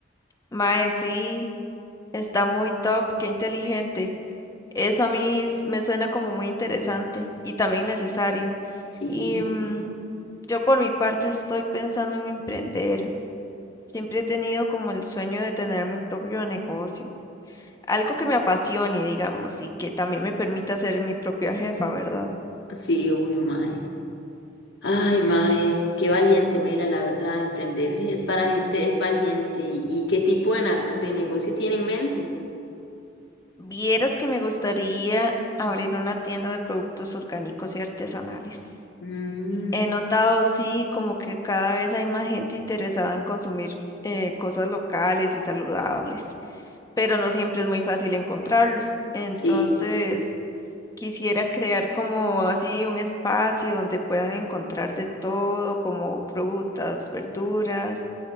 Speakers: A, on the left; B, on the left.
A: Mae, sí, está muy top, qué inteligente. Eso a mí s- me suena como muy interesante y también necesario.
B: Sí,
A: Y mm, yo por mi parte estoy pensando en emprender. Siempre he tenido como el sueño de tener mi propio negocio. Algo que me apasione, digamos, y que también me permita ser mi propia jefa, ¿verdad?
B: sí, obvio, ma. Ay, mae, qué valiente, Mela, la verdad, emprender es para gente valiente. ¿Y, y qué tipo de, na- de negocio tiene en mente?
A: Vieras que me gustaría abrir una tienda de productos orgánicos y artesanales.
B: Mm,
A: He notado, sí, como que cada vez hay más gente interesada en consumir eh, cosas locales y saludables, pero no siempre es muy fácil encontrarlos. Entonces,
B: sí,
A: quisiera crear como así un espacio donde puedan encontrar de todo, como frutas, verduras